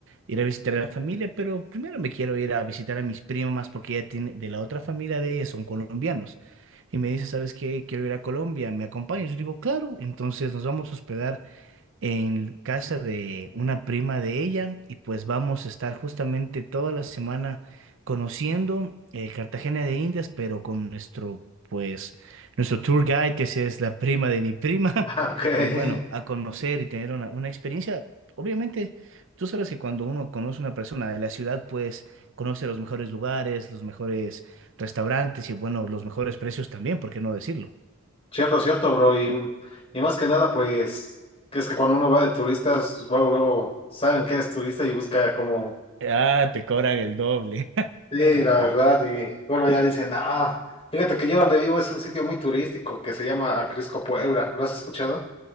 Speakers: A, on the right; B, on the left.
A: ir a visitar a la familia, pero primero me quiero ir a visitar a mis primas porque ella tiene, de la otra familia de ella son colombianos. Y me dice, ¿sabes qué? Quiero ir a Colombia, ¿me acompañas? Yo digo, claro. Entonces nos vamos a hospedar en casa de una prima de ella y pues vamos a estar justamente toda la semana conociendo eh, Cartagena de Indias, pero con nuestro, pues, nuestro tour guide, que sí es la prima de mi prima,
B: Ah,
A: <laughs>
B: ok. <laughs>
A: y bueno, a conocer y tener una, una experiencia. Obviamente, tú sabes que cuando uno conoce a una persona de la ciudad, pues conoce los mejores lugares, los mejores restaurantes y bueno, los mejores precios también, ¿por qué no decirlo?
B: Cierto, cierto, bro. Y, y más que nada, pues, que es que cuando uno va de turistas, luego, luego saben que eres turista y busca como
A: Ah, te cobran el doble.
B: Sí, la verdad, y bueno, ya dicen, ah, fíjate que yo donde vivo es un sitio muy turístico que se llama Acrisco Puebla, ¿lo has escuchado?